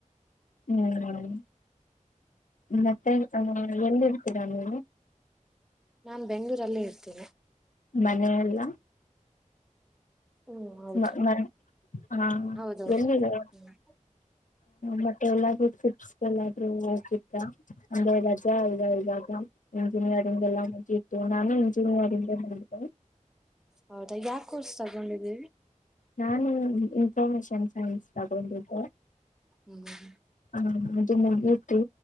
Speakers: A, on the left; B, in the centre.
A: ಹ್ಮ್್ಮ ಮತ್ತೆ ಹಾ ಎಲ್ಲಿರ್ತೀರಾ ನೀವು
B: ನಾನ್ ಬೆಂಗಳೂರಲ್ಲೇ ಇರ್ತೀನಿ
A: ಮನೆಲ್ಲಾ
B: ಹ್ಮ್ ಹೌದು
A: ಮ ಮ ಹಾ
B: ಹೌದೌದು
A: ಎಲ್ಲಿ ಹ
B: ಹ್ಮ್
A: ಮತ್ತೆ ಎಲ್ಲಾದ್ರೂ ಚಿಪ್ಸ್ ಎಲ್ಲಾದ್ರೂ ಆಕಿತ್ತ ಅಂದ್ರೆ ರಜಾ ಇವಾಗ ಇಂಜಿನಿಯರಿಂಗ್ ಎಲ್ಲ ಮುಗೀತು ನಾನೇ ಇಂಜಿನಿಯರಿಂಗ್ ಹ
B: ಹೌದಾ ಯಾ ಕೋರ್ಸ್ ತಗೊಂಡಿದ್ದೀರಿ
A: ನಾನು ಇನ್ಫಾರ್ಮೇಶನ್ ಸೈನ್ಸ್ ತಗೊಂಡಿದ್ದೆ
B: ಹ್ಮ ಹ್ಮ್ಮ
A: ಹ ಅದು ಮುಗೀತು